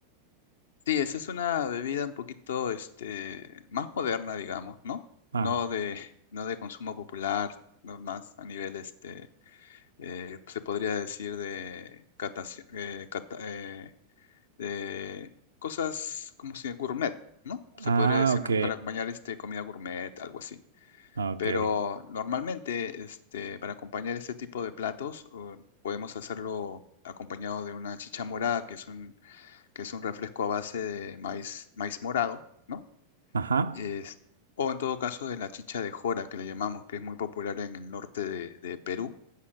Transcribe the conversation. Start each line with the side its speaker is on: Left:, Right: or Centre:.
Left: Sí, esa es una bebida un poquito, este, más moderna, digamos, ¿no?
Right: Ah,
Left: No de, <laughs> no de consumo popular, no más a nivel, este, eh, se podría decir de, cataci- eh, cata- eh, de cosas como si gourmet, ¿no? Se
Right: ah,
Left: podría decir,
Right: ok.
Left: ¿no? Para acompañar, este, comida gourmet, algo así.
Right: Ok.
Left: Pero normalmente, este, para acompañar este tipo de platos, o podemos hacerlo acompañado de una chicha morada, que es que es un refresco a base de maíz, maíz morado, ¿no?
Right: Ajá.
Left: Es- o en todo caso de la chicha de jora, que le llamamos, que es muy popular en el norte de, de Perú.